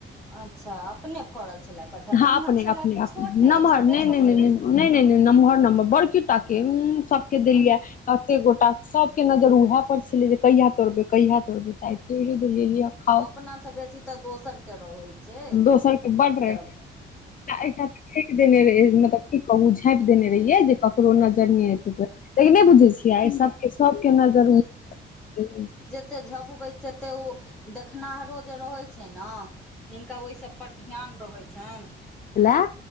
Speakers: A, in the centre; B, on the left.
A: अच्छा अपने फड़ल छलए कटहर
B: हँ
A: नमहर
B: अपने
A: छलए
B: अपने
A: कि
B: अपने
A: छोटे
B: नमहर
A: छोटे
B: नहि नहि
A: छोटे।
B: नहि नहि नहि नहि नहि नम्हर नम्हर बड़की टाके सबके देलियैया।
A: हँ
B: एते गोटा सबके नजर उएहे पर छलै जे कहिया तोरबै कहिया तोड़बै त आय तोरिये देलीयै लिय खाव।
A: अपना से बेसी तऽ दोसर के रहैत छैय
B: दोसर के बड रहे
A: जब
B: एकटा तऽ फेक देने रहहि मतलब की कहू झाँपि देने रहियै जे ककरो नजर नहि एतय त लेकिन नहि बुझै छियै एहि सबके सबके नजर ओहिपर
A: एते झपबै तेते ओ देखनाहारो जे रहै छैय ने जिनका ओहि सभपर ध्यान रहै छनि
B: लए